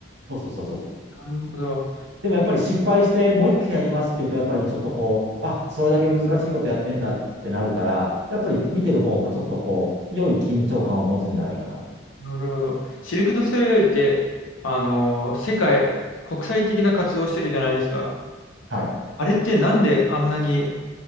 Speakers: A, on the right; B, on the left.
A: そうそうそうそうそう。
B: なるほど。
A: でもやっぱり失敗してもう一回やりますっていうと、やっぱりちょっとこう、あ、それだけ難しいことやってんだってなるから、やっぱり見てる方もちょっとこう、良い緊張感を持つんじゃないかなと。
B: なるほど。シルク・ドゥ・ソレイユって、あのー世界、国際的な活動をしてるじゃないですか。
A: はい。
B: あれってなんであんなに